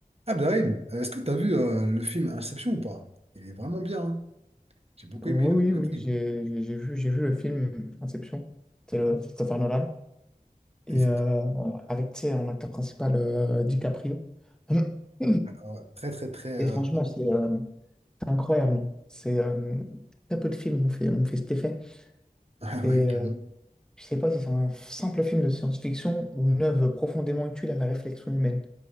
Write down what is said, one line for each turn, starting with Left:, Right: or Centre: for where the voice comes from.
Right: Abderrahim, euh, est-ce que tu as vu euh, le film Inception ou pas? Il est vraiment bien. hein. J'ai beaucoup
Centre: Oui,
Right: aimé
Centre: oui, oui,
Right: l'intrigue.
Centre: oui, j'ai j'ai- j'ai vu, j'ai vu le film Inception, c'est le Christopher Nolan, et
Right: Exact.
Centre: euh, avec, tu sais, en acteur principal, euh, DiCaprio. <clears throat>
Right: Ouais, très, très, très.
Centre: Et
Right: euh,
Centre: franchement, c'est euh, c'est incroyable. C'est euh, très peu de films ont fait, ont fait cet effet.
Right: <laughs> ah
Centre: Et
Right: oui, clairement.
Centre: euh, je sais pas si c'est un simple film de science-fiction ou une œuvre profondément utile à la réflexion humaine.